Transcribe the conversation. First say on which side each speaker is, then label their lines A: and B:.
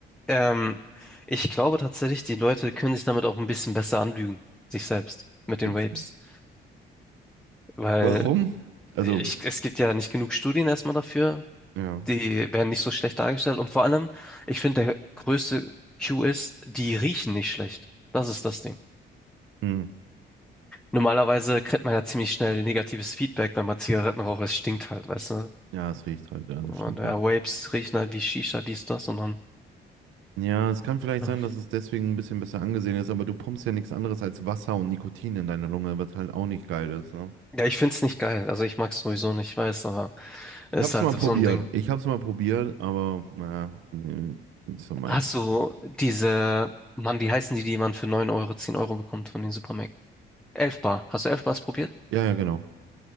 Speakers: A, in the centre; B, on the right.
A: Ähm, ich glaube tatsächlich, die Leute können sich damit auch ein bisschen besser anlügen, sich selbst, mit den
B: Witzig.
A: Vapes. Weil
B: Warum? Also,
A: ich, es gibt ja nicht genug Studien erstmal dafür.
B: ja.
A: Die werden nicht so schlecht dargestellt. Und vor allem, ich finde, der größte Cue ist, die riechen nicht schlecht. Das ist das Ding.
B: Hm.
A: Normalerweise kriegt man ja ziemlich schnell negatives Feedback, wenn man Zigaretten raucht. Es stinkt halt, weißt du?
B: Ja, es riecht halt, ja, das
A: Und
B: stimmt
A: ja,
B: wohl.
A: Vapes riechen halt wie Shisha, dies, das und dann.
B: Ja, es kann vielleicht
A: Ja,
B: sein, dass es deswegen ein bisschen besser angesehen ist, aber du pumpst ja nichts anderes als Wasser und Nikotin in deine Lunge, was halt auch nicht geil ist, ne?
A: Ja, ich find's nicht geil. Also ich mag's sowieso nicht, ich weiß, aber
B: Ich
A: ist
B: hab's
A: halt
B: mal
A: so
B: probiert.
A: ein Ding.
B: Ich hab's mal probiert, aber naja, nee, nicht so meins.
A: Hast du diese, Mann, wie heißen die, die man für 9 Euro, 10 Euro bekommt von den Supermärkten? 11 Bar. Hast du 11 Bars probiert?
B: Ja, ja, genau.